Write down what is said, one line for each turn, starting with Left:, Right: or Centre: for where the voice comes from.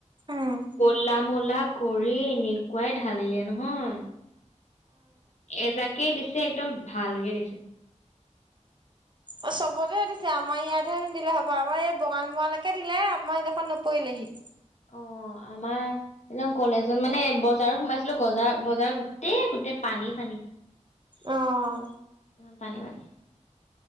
Right: উম
Left: কলা মলা কৰি এনেকুৱাই ঢালিলে নহয়। এজাকে দিছে একদম ভালকে দিছে।
Right: অ চবতেহে দিছে আমাৰ ইয়াতহে নিদিলে হব আমাৰ এই বঙালী মৰাালৈকে দিলে আমাৰ এইডোখোন নপৰিলেহি।
Left: অ আমাৰ। একদম কলেজত মানে বজাৰ সোমাইছিলো বজাৰ বজাৰ গোটেই গোটেই পানী পানী।
Right: আহ।
Left: পানী পানী।